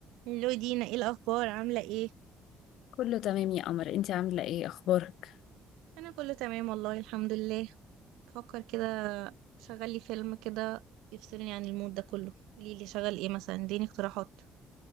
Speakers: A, on the right; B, on the left.
A: لو دينا ايه الاخبار عامله ايه
B: كله تمام يا قمر انت عاملة ايه اخبارك
A: انا كله تمام والله الحمد لله بفكر كده شغل لي فيلم كده يفصلني عن المود ده كله قولي لي شغل ايه مثلا اديني اقتراحات